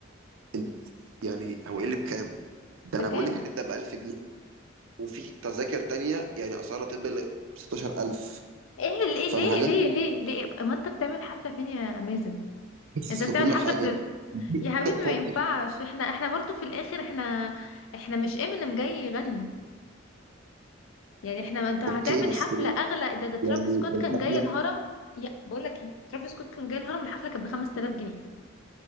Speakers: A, on the right (about 80°); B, on the left (about 80°).
A: انت يعني هو ايه اللي بكام؟ ده
B: بكام
A: انا بقول لك هنبدأ ب 1000 جنيه وفي تذاكر تانية يعني اسعارها تبدأ ل 16000
B: ايه ليه
A: فاهم
B: ليه
A: حاجة؟
B: ليه ليه ليه هو انت بتعمل حفلة فين يا مازن
A: مخصص
B: انت بتعمل
A: لكل
B: حفلة
A: حاجه
B: في
A: في
B: يا حبيبي
A: افتر بارتي
B: ما ينفعش احنا احنا برضو في الاخر احنا احنا مش امينيم جاي يغني يعني احنا انت هتعمل
A: اوكي بس
B: حفلة اغلى ده ده ترافيس
A: يعني
B: سكوت
A: الحفله
B: كان جاي الهرم يا بقول لك ايه ترافيس سكوت كان جاي الهرم الحفلة كانت ب 5000 جنيه